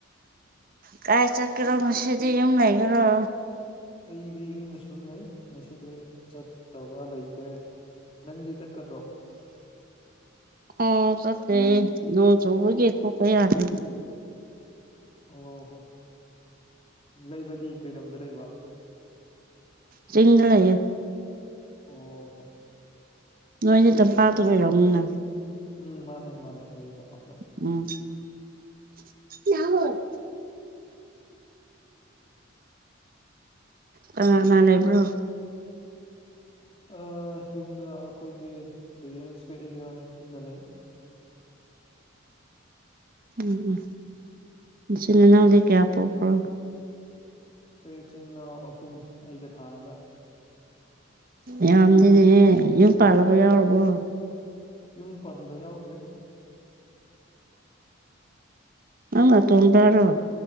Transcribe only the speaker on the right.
ꯀꯥꯏ ꯆꯠꯀꯦꯔꯣ ꯉꯁꯤꯗꯤ ꯌꯨꯝ ꯂꯩꯒꯔꯣ
ꯑꯥꯎ ꯆꯠꯇꯦ ꯅꯣꯡ ꯆꯨꯕꯒꯤ ꯊꯣꯛꯄ ꯌꯥꯗꯕ
ꯆꯤꯡꯗ ꯂꯩꯌꯦ
ꯅꯣꯏꯗꯤ ꯇꯝꯄꯥꯛꯇ ꯑꯣꯏꯔꯝꯅꯤꯅ
ꯎꯝ <unintelligible> ꯀꯅꯥ ꯀꯅꯥ ꯂꯩꯕ꯭ꯔꯣ
ꯎꯝ ꯎꯝ ꯅꯆꯤꯟ ꯅꯅꯥꯎꯗꯒꯤ ꯀꯌꯥ ꯄꯣꯛꯄ꯭ꯔꯣ
ꯌꯥꯝꯗꯤꯅꯦꯍꯦ ꯌꯨꯝ ꯄꯥꯜꯂꯕ ꯌꯥꯎꯔꯕꯣ
ꯅꯪꯅ ꯑꯇꯣꯟꯕꯥꯔꯣ